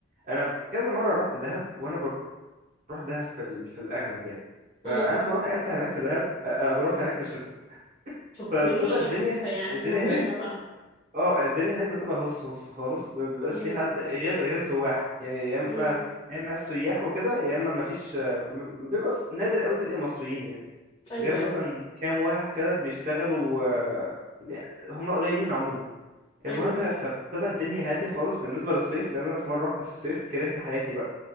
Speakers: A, on the right (about 40°); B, on the left (about 20°).
A: انا كذا مره رحت دهب وانا بروح دهب في ال... في الاغلب يعني
B: امم
A: فانا بروح امتى هناك في دهب آه، آه، بروح هناك في الشتاء
B: اوكي
A: فبتبقى الدنيا
B: انت يعني
A: الدنيا
B: ناويها
A: هناك
B: بقى
A: اه الدنيا هناك بتبقى هص هص خالص ما بيبقاش
B: امم
A: في حد غير غير سواح يعني يا اما
B: امم
A: يا اما السياح وكده يا اما ما فيش م- بيبقى س- نادر قوي تلاقي مصريين يعني
B: ايوه
A: غير مثلا
B: ايوه
A: كام واحد كده بيشتغلوا آه، بي- هم قليلين عموما
B: ايوه
A: المهم فبتبقى الدنيا هادية خالص بالنسبة للصيف لأن أنا في مرة رحت في الصيف كرهت حياتي بقى